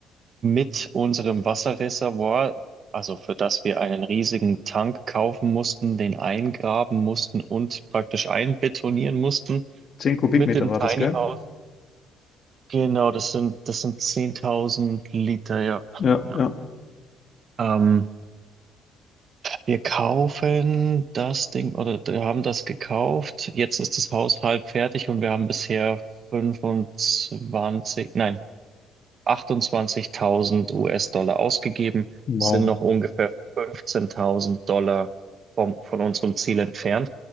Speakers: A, on the right; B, on the left.
A: mit unserem Wasserreservoir, also für das wir einen riesigen Tank kaufen mussten, den eingraben mussten und praktisch einbetonieren mussten
B: Zehn Kubikmeter
A: mit dem
B: war
A: Tiny
B: das, gell?
A: House. Genau, das sind, das sind 10.000 Liter, ja.
B: Ja,
A: Ja.
B: ja.
A: Ähm, wir kaufen das Ding oder wir haben das gekauft. Jetzt ist das Haus halb fertig und wir haben bisher 25. nein, 28.000 US-Dollar ausgegeben,
B: Wow.
A: sind noch ungefähr 15.000 Dollar vom, von unserem Ziel entfernt.